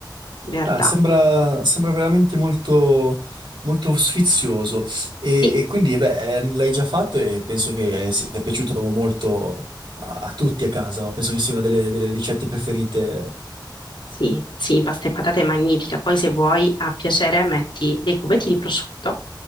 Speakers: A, on the left; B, on the right.
A: in realtà.
B: Ah, sembra, sembra veramente molto, molto sfizioso e,
A: Sì.
B: e quindi eh beh, eh, l'hai già fatto e penso che sia piaciuto molto a, a tutti a casa, no? Penso che sia una delle delle ricette preferite
A: Sì, sì, pasta e patate è magnifica. Poi se vuoi, a piacere, metti dei cubetti di prosciutto,